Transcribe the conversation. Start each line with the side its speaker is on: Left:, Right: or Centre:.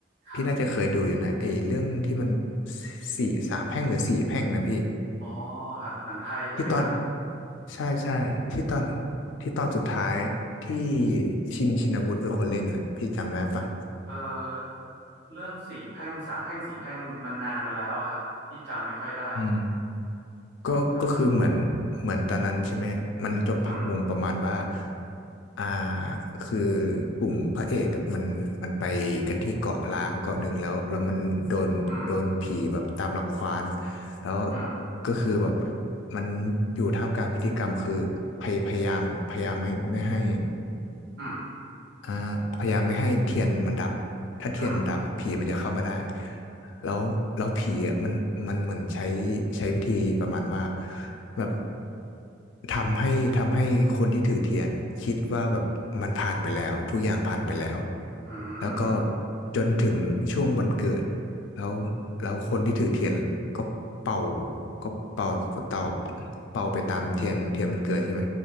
Right: ครับ
Left: พี่น่าจะเคยดูอยู่นะไอ้เรื่องที่มันสี่สามแพร่งหรือสี่แพร่งนะพี่
Right: อ๋อครับหนังไทยใช่ไหมครับ
Left: ที่ตอนใช่ใช่ที่ตอนที่ตอนสุดท้ายที่ชินชินวุฒิเป็นคนเล่นน่ะพี่จำได้ปะ
Right: เออเรื่องสี่แพร่งสามแพร่งสี่แพร่งมันนานมันแล้วอะครับพี่จำไม่ค่อยได้ละ
Left: อืมก็ก็คือเหมือนเหมือนตอนนั้นใช่ไหมมันจบผักมุมประมาณว่า
Right: อ่ะอืม
Left: อ่าคือกลุ่มพระเอกอะมันมันไปกันที่เกาะล้างเกาะหนึ่งแล้วแล้วมันโดนโดนผีแบบตามรังควาน
Right: อืม
Left: แล้ว
Right: อืม
Left: ก็คือแบบมันอยู่ท่ามกลางพิธีกรรมคือพยพยายามพยายามไม่ไม่ให้
Right: อืม
Left: อ่าพยายามไม่ให้เทียนมันดับถ้าเทียนมันดับอะผีมันจะเข้ามาได้
Right: อืม
Left: แล้วแล้วผีอะมันมันเหมือนใช้ใช้วิธีประมาณว่าแบบทำให้ทำให้คนที่ถือเทียนอะคิดว่าแบบมันผ่านไปแล้วทุกอย่างผ่านไปแล้ว
Right: อื
Left: แล้วก็
Right: ม
Left: จนถึงช่วงวันเกิดแล้วแล้วคนที่ถือเทียนก็เป่าก็เป่าเป่าเป่าไปตามเทียนเทียนมันเกิดใช่ไหม